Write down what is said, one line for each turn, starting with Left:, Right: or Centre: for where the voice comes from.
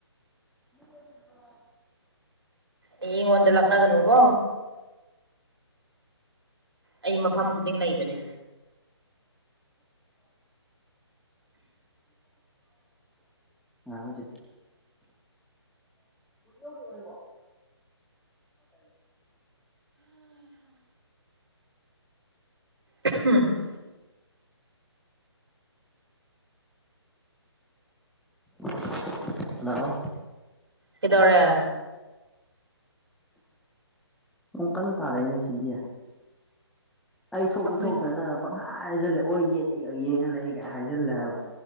Centre: <inaudible>
Right: ꯑꯩꯉꯣꯟꯗ ꯂꯥꯛꯅꯒꯅꯨꯀꯣ ꯑꯩ ꯃꯐꯝ ꯈꯨꯗꯤꯡ ꯂꯩꯕꯅꯦ꯫
Centre: ꯑ ꯍꯩꯕ꯭ꯔꯣ ꯉꯥꯏ ꯈꯣꯁꯦ ꯑꯣꯔꯤꯌꯣꯒꯤ ꯑꯣꯏꯔꯤꯕꯣ <unintelligible>
Right: <unintelligible>
Centre: <unintelligible> ꯍꯜꯂꯣ
Right: ꯀꯩꯗꯧꯔꯦ
Centre: ꯄꯨꯡ ꯀꯟꯅ ꯇꯥꯔꯛꯑꯦꯅꯦ ꯁꯤꯗꯤ ꯑꯩ
Right: ꯑꯩꯈꯣꯏ
Centre: ꯊꯣꯛꯁꯨ ꯊꯣꯛꯇꯅ ꯅꯪꯅ ꯄꯪꯈꯥꯏ ꯍꯥꯏꯖꯜꯂꯦ ꯑꯣꯏ ꯌꯦꯠ ꯑꯩ ꯌꯦꯡꯉ ꯂꯩ ꯀꯥꯏ ꯍꯥꯏꯖꯜꯂꯦꯕ